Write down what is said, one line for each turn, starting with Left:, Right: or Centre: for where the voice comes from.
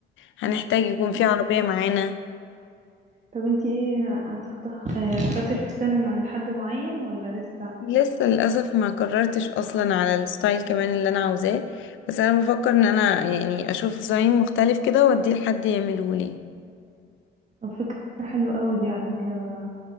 Left: هنحتاج يكون فيه
Right: مم.
Left: عربية معانا
Right: طب انتي ايه هتختار آه اخترتي الفستان عند حد معين ولا لسه
Left: لسه للأسف ما قررتش أصلا على الستايل كمان اللي أنا عاوزاه بس أنا بفكر إن أنا يعني أشوف ديزاين مختلف كده وأديه لحد يعملهولي
Right: طب فكرة حلوة قوي دي على فكرة